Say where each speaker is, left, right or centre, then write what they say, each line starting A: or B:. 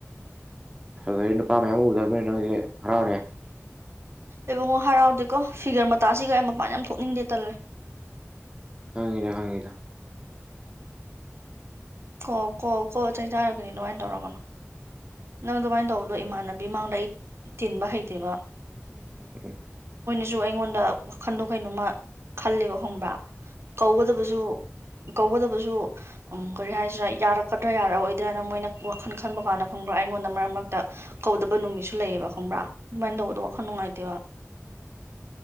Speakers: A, on the right; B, on the right.
A: ꯗꯒꯤ ꯅꯨꯄꯥ ꯃꯌꯥꯝ ꯑꯃ ꯎꯗ꯭ꯔꯅꯤ ꯅꯪꯁꯦ ꯍꯔꯥꯎꯅꯦꯦ
B: ꯏꯕꯨꯡꯉꯣ ꯍꯔꯥꯎꯗꯦꯀꯣ ꯐꯤꯒꯔ ꯃꯇꯥꯁꯤꯒ ꯃꯥ ꯌꯥꯝ ꯊꯣꯛꯅꯤꯡꯗꯦ ꯇꯜꯂꯦ
A: ꯈꯪꯉꯤꯗ ꯈꯪꯉꯤꯗ
B: ꯀꯣ ꯀꯣ ꯀꯣ ꯆꯩ ꯆꯔꯒꯅꯤ ꯑꯗꯨꯃꯥꯏꯅ ꯇꯧꯔꯒꯅꯨ ꯅꯪ ꯑꯗꯨꯃꯥꯏꯅ ꯇꯧꯕꯗꯣ ꯏꯃꯥꯟꯅꯕꯤ ꯃꯥꯡꯗ ꯑꯩ ꯇꯤꯟꯕ ꯍꯩꯇꯦꯕ
A: ꯎꯝ ꯎ
B: ꯁꯨ ꯑꯩꯉꯣꯟꯗ ꯋꯥꯈꯟꯗꯣ ꯀꯩꯅꯣꯝꯃ ꯈꯂꯦꯕ ꯈꯪꯕ꯭ꯔꯥ ꯀꯧꯒꯗꯕꯁꯨ ꯀꯧꯒꯗꯕꯁꯨ ꯎ ꯀꯔꯤ ꯍꯥꯏꯁꯤꯔꯥ ꯌꯥꯔꯛꯀꯗ꯭ꯔꯥ ꯌꯥꯔꯛꯑꯣꯏꯗ꯭ꯔꯥꯅ ꯃꯣꯏꯅ ꯋꯥꯈꯜ ꯈꯟꯕ ꯀꯥꯟꯗ ꯈꯪꯕ꯭ꯔꯥ ꯑꯩꯉꯣꯟꯗ ꯃꯔꯛ ꯃꯔꯛꯇ ꯀꯧꯗꯕ ꯅꯨꯃꯤꯠꯁꯨ ꯂꯩꯌꯦꯕ ꯈꯪꯕ꯭ꯔꯥ ꯑꯗꯨꯃꯥꯏꯅ ꯇꯧꯕꯗꯣ ꯋꯥꯈꯜ ꯅꯨꯡꯉꯥꯏꯇꯦꯕ